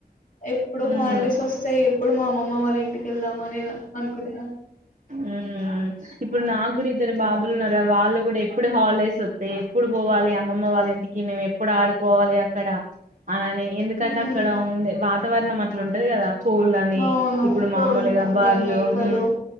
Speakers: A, on the left; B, on the right.
A: ఎప్పుడు
B: ఉమ్
A: హాలిడేస్ వస్తాయి ఎప్పుడు మా అమ్మమ్మ వాళ్ళ ఇంటికి వెళ్దామని అనేద్ అనుకునేదాని.
B: ఊ ఇప్పుడు నాకు కూడీ ఇద్దరు బాబులున్నార వాళ్ళు గూడెప్పుడు హాల్డేస్ ఒతయ్ ఎప్పుడు పోవాలి అమ్మమ్మ వాళింటికి మేమ్ ఎప్పుడు ఆడు పోవాలి అక్కడ అలానే ఎందుకంటే
A: ఉమ్
B: అక్కడ వుండే వాతావర్ణం అట్లుంటది గదా స్కూల్ అని
A: అవును
B: ఇప్పుడు
A: కోళ్ళు
B: మామూలుగా
A: ఉంటాయి
B: బార్లు
A: మేకలు
B: ఉమ్